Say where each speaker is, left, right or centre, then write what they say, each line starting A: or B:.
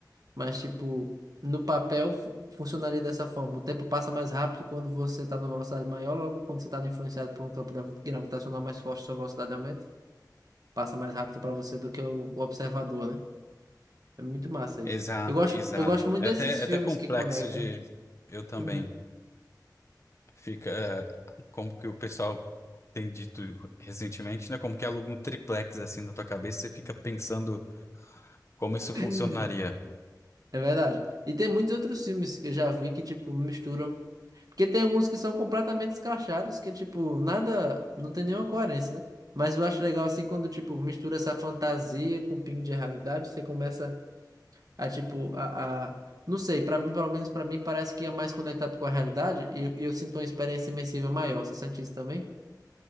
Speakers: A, on the right; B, on the left.
A: mas tipo, no papel fu- funcionaria dessa forma. O tempo passa mais rápido quando você está numa velocidade maior, logo quando você está influenciado por um campo gravi- gravitacional mais forte, sua velocidade aumenta. passa mais rápido pra você do que o, o observador, né? É muito massa isso.
B: Exato,
A: Eu gosto,
B: exato.
A: eu gosto muito
B: É
A: desses
B: até, é
A: filmes
B: até complexo
A: que conectam.
B: de eu também.
A: Uhum.
B: Fica, eh, como que o pessoal tem dito recentemente, né? Como que aluga um triplex assim na tua cabeça, você fica pensando como isso funcionaria.
A: <clears throat> É verdade. E tem muitos outros filmes que eu já vi que, tipo, misturam. Porque tem alguns que são completamente escrachados, que, tipo, nada. Não tem nenhuma coerência, né? Mas eu acho legal, assim, quando, tipo, mistura essa fantasia com um pingo de realidade, você começa a, tipo, a, a- Não sei, pra mim, pelo menos pra mim, parece que é mais conectado com a realidade e e eu sinto uma experiência imersiva maior. Você sente isso também?